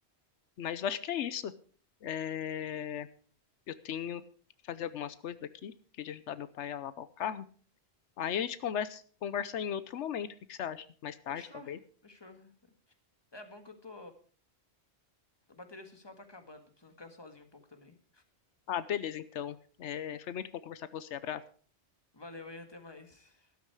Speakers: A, on the left; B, on the left.
A: Mas eu acho que é isso. É... Eu tenho que fazer algumas coisas aqui, que é de ajudar meu pai a lavar o carro. Aí a gente conversa, conversa em outro momento, o que que você acha? Mais tarde,
B: Fechou,
A: talvez.
B: fechou. É bom que eu tô. A bateria social tá acabando, preciso ficar sozinho um pouco também.
A: Ah, beleza, então. É... Foi muito bom conversar com você. Abraço.
B: Valeu, hein? Até mais.